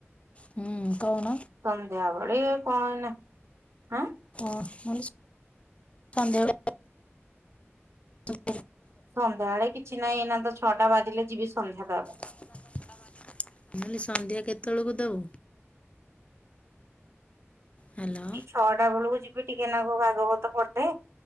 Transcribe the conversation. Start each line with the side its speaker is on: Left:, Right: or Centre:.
Left: ହୁଁ କହୁନ
Right: ସନ୍ଧ୍ୟା ବଳୀ କଣ ଏଇନା ହାଁ
Left: <unintelligible> ସନ୍ଧ୍ୟା <unintelligible>
Right: ସନ୍ଧ୍ୟାବେଳେ କିଛି ନାହିଁ ଏଇନା ତ ଛଅଟା ବାଜିଲେ ଯିବି ସନ୍ଧ୍ୟା ଦବା ପାଇଁ
Left: ନହେଲେ ସନ୍ଧ୍ୟା କେତେବେଳକୁ ଦୋଉ? ହ୍ୟାଲୋ
Right: ଏଇ ଛଅଟା ବେଳକୁ ଯିବି ଟିକେ ନାଗ ଭାଗବତ ପଢେ।